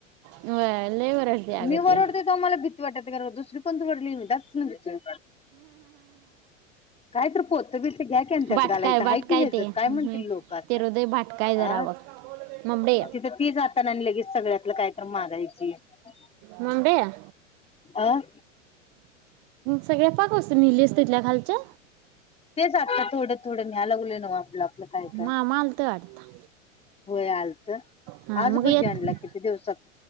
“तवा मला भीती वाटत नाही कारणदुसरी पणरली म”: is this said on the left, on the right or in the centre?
Left